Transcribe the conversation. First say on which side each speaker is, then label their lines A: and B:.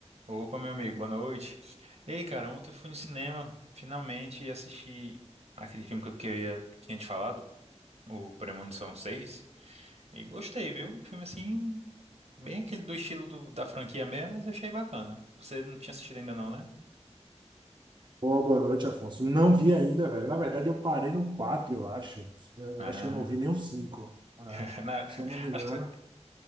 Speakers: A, on the right (about 65°); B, on the right (about 40°).
A: Opa, meu amigo, boa noite. Ei, cara, ontem eu fui no cinema, finalmente, e assisti aquele filme que eu queria, tinha te falado, o Premonição seis e gostei, viu? Um filme assim, bem aquele do estilo do- da franquia mesmo, mas achei bacana. Você não tinha assistido ainda não, né?
B: Boa, boa noite, Afonso. Não vi ainda, velho. Na verdade, eu parei no 4, eu acho. Eu, eu
A: Ah,
B: acho que eu não vi nem o 5, né?
A: <laughs> na-
B: Se eu não me engano.
A: acho que,